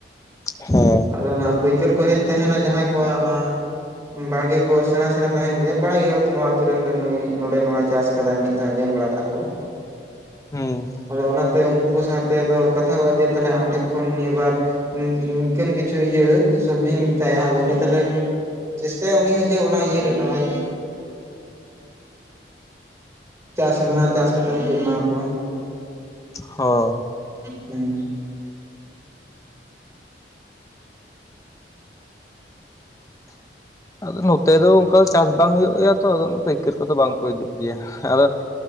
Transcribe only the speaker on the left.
ᱦᱮᱸ ᱦᱩᱸ
ᱦᱩᱸ
ᱦᱚᱸ
ᱟᱫᱚ ᱱᱚᱛᱮ ᱫᱚ ᱚᱱᱠᱟ ᱪᱟᱥ ᱵᱟᱝ ᱦᱩᱭᱩᱜ ᱜᱮᱭᱟ ᱛᱚ ᱾ ᱟᱫᱚ ᱯᱟᱹᱭᱠᱟᱹᱨ ᱠᱚᱫᱚ ᱵᱟᱝᱠᱚ ᱦᱤᱡᱩᱜ ᱜᱮᱭᱟ ᱾ᱟᱫᱚ